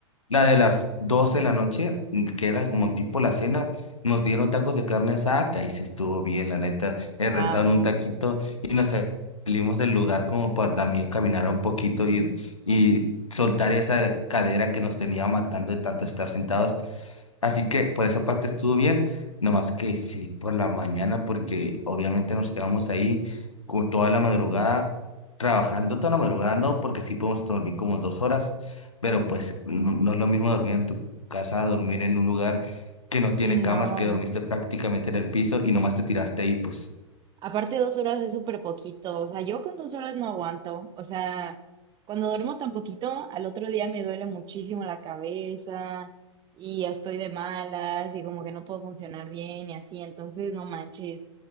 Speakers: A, on the left; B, on the right.
A: la de las 12 de la noche, mm, que era como tipo la cena, nos dieron tacos de carne asada, que ahí sí estuvo bien, la neta. eh,
B: Ah,
A: rentaron
B: bueno.
A: un taquito y nos salimos del lugar como para también caminar un poquito y, y soltar esa cadera que nos tenía matando de tanto estar sentados. Así que por esa parte estuvo bien, nomás que sí, por la mañana, porque obviamente nos quedamos ahí con toda la madrugada, trabajando toda la madrugada, no, porque sí podemos dormir como dos horas pero pues no, no es lo mismo dormir en tu casa, a dormir en un lugar que no tiene
B: Sí,
A: camas,
B: no.
A: que dormiste prácticamente en el piso y nomás te tiraste ahí, pues.
B: Aparte, dos horas es súper poquito. O sea, yo con dos horas no aguanto. O sea, cuando duermo tan poquito, al otro día me duele muchísimo la cabeza y ya estoy de malas y como que no puedo funcionar bien y así. Entonces, no manches.